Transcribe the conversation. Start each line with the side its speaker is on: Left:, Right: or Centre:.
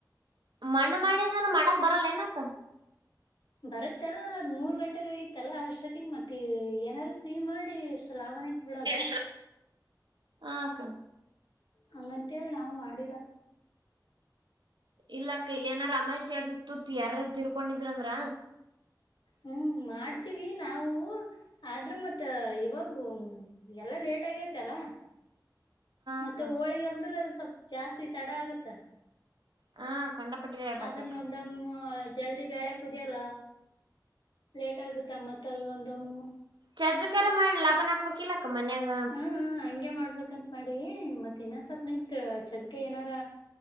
Right: ಮಣ್ಣು ಮಾಡಿ ಅ್ರ ಮಾಡಕ್ ಬರಲ್ಲ ಏನಕ್.
Left: ಬರತ್ತಾ ಅದ್ ಮೂರ್ ಗಂಟೆಗ ಆಗಿತ್ತಲ್ಲ ಅಷ್ಟೊತ್ತಿಗೆ ಮತ್ತೆ ಏನಾರ. ಸಿ ಮಾಡಿ ಎಷ್ಟು ಲಾಭನಕ್ ಬಿಡದ.
Right: ಸಿ ಹ ಅಕ್ಕ
Left: ಹಂಗಂತೇಳಿ ನಾವು ಮಾಡಿಲ್ಲ.
Right: ಇಲ್ಲಾಕ್ಕ ಇಲ್ಲ ಏನಾರ ಅಮಾಷೆ ಅದುತ್ತು ಯಾರ ತಿರ್ಕೊಂಡಿದ್ರಂದ್ರ.
Left: ಹ್ಮ್ ಮಾಡ್ತೀವಿ ನಾವು ಆದ್ರೂ ಮತ್ತ ಇವಾಗ ಎಲ್ಲ. ಲೇಟ್ ಆಗತಿ ಅಲ್ಲ. ಮತ್ತೆ
Right: ಅಕ್ಕ
Left: ಹೋಳಿಗೆ ಅಂದ್ರೆ ಅದು ಸ್ವಲ್ ಜಾಸ್ತಿ ತಡ ಆಗತ್ತ.
Right: ಹಾ. ಕಂಡಪಟ್ಟಿ ರೇಟ್
Left: ಅದನ್ನೊಂದಮ್ಮ
Right: ಆತಕ್ಕ
Left: ಜಲ್ದಿ ಬಳೆ ಕುದಿಯಲ್ಲ ಲೇಟ್ ಆಗ. ತ್ತಮ್ಮತ್ ಅದ ಒಂದಮ್ಮ.
Right: ಚಜ್ಜ ಕರ ಮಾಡಿಿಲ್ಲ ಲಾಭನ್ ಹಾಕ್ಬೇಕಿಲ್ಲ. ಅಕ್ಕ ಮನ್ಯಾಗ
Left: ಹ್ಮ್ ಹಗೆ ಮಾಡ್ಬೇಕಂತತ್ ಮಾಡೀಿ ಮತ್ತೆ. ತಿಿನಸತ್ನತ್ ಜಕೆ ಇನ.